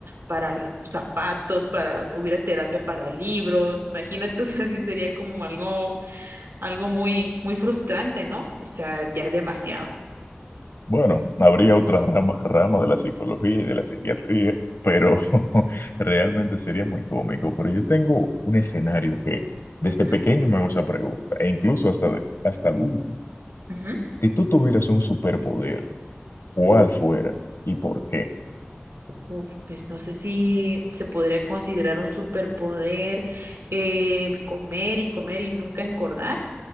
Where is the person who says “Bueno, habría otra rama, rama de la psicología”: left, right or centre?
Left